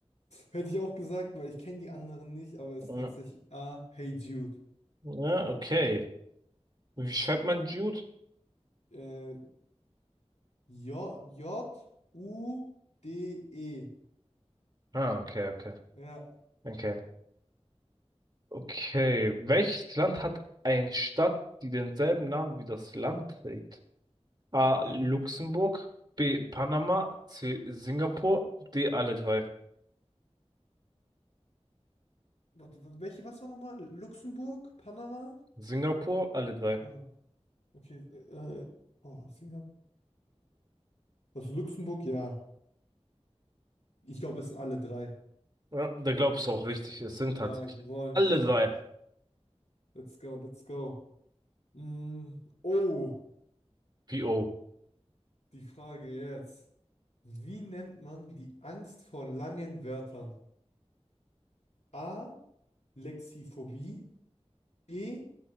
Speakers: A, on the left; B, on the right.
A: Hätte ich auch gesagt, weil ich kenne die anderen nicht, aber es ist
B: Mm,
A: tatsächlich A. Hey Jude.
B: Ja, okay. Wie schreibt man Jude?
A: Äh, J. J. U. D. E.
B: Ah, okay, okay.
A: Ja.
B: Okay. Okay, welches Land hat eine Stadt, die denselben Namen wie das Land trägt? A.
A: Ah, warte,
B: Luxemburg, B. Panama, C. Singapur, D. Alle drei.
A: warte, wa- welche, was war nochmal? Luxemburg, Panama?
B: Singapur, alle drei.
A: Ah, okay, äh, oh, Singapur. Also Luxemburg, ja. Ich glaube, es sind alle drei.
B: Ja, da glaubst du auch richtig, es sind tatsächlich
A: Jawohl,
B: alle drei.
A: let's go, let's go. Mm, oh,
B: PO.
A: die Frage jetzt. Wie nennt man die Angst vor langen Wörtern? A. Lexiphobie. B.